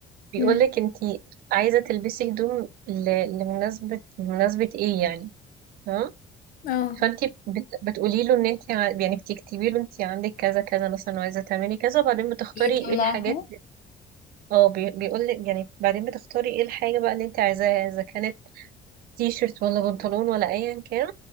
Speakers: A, on the right; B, on the left.
A: بيقولك
B: مم.
A: انتي عايزه تلبسي هدوم ل- لمناسبه لمناسبه ايه يعني تمام
B: اه
A: فانتي بت... بتقولي له ان انتي ع... يعني بتكتبي له انتي عندك كذا كذا مثلا وعايزه تعملي كذا وبعدين بتختاري
B: يطلعها
A: ايه الحاجات اه بي... بيقولك يعني بعدين بتختاري ايه الحاجه بقى اللي انتي عايزاها اذا كانت تي شيرت ولا بنطلون ولا ايا كان